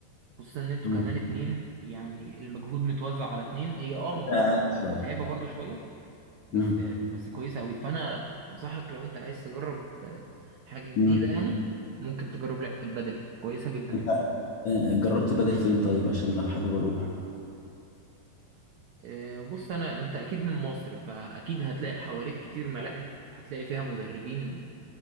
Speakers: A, on the right; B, on the left.
A: خصوصا ان انتوا
B: مهم.
A: كمان اتنين يعني المجهود متوزع على اتنين هي اه م-
B: أقل شوية
A: متعبة برضو شوية بس
B: مهم.
A: بس كويسة قوي فانا انصحك لو انت عايز تجرب آه، حاجة جديدة
B: مهم.
A: يعني ممكن تجرب لعبة البدل كويسة جدا
B: مهم. آه، جربت بدل فين طيب عشان لو حابب اروح
A: آه، بص انا انت اكيد من مصر فاكيد هتلاقي حواليك كتير ملاعب هتلاقي فيها مدربين